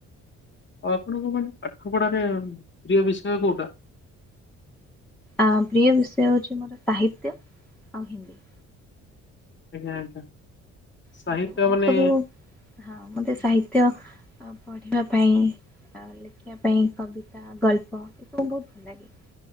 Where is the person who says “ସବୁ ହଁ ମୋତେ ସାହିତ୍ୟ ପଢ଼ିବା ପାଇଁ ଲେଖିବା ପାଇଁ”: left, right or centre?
Centre